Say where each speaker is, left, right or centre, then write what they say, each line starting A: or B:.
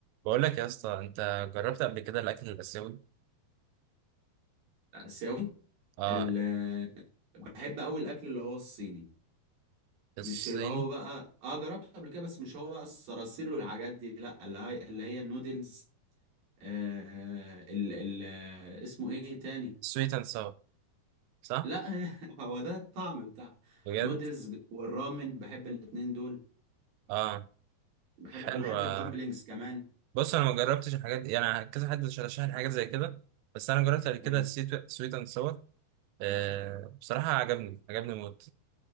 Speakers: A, on the right; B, on the right.
A: بقول لك يا اسطى انت جربت قبل كده الاكل الاسيوي
B: آسيوي
A: اه
B: ال- بحب أوي الأكل اللي هو الصيني
A: الصيني
B: مش اللي هو بقى اه جربته قبل كده بس مش هو بقى الصراصير والحاجات دي لا اللي هي اللي هي النودلز آه ال ال آه، اسمه ايه تاني
A: سويت اند ساور صح
B: لا هي- <laughs> هو ده الطعم بتاع
A: بجد
B: نودلز والرامن بحب الاتنين دول
A: اه
B: بحب
A: حلوة
B: وبحب الدمبلينجز كمان
A: بص انا ما جربتش الحاجات دي يعني كذا حد رشح لي حاجات زي كده بس انا جربت قبل كده
B: مم.
A: سويت اند ساور آه بصراحة عجبني عجبني موت